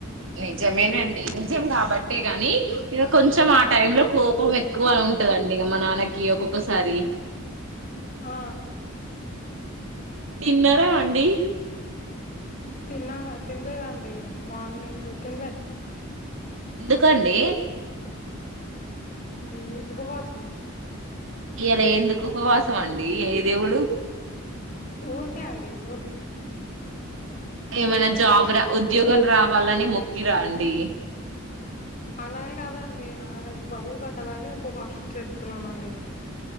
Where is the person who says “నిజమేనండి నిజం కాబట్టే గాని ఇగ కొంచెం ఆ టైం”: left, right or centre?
Right